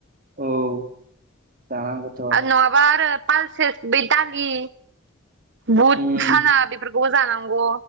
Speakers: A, on the right; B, on the right.
A: औ जानांगौथ'
B: आरो नङाबा आरो पालसेस बै दालि बुट
A: उम
B: साना बेफोर ग जानांगौ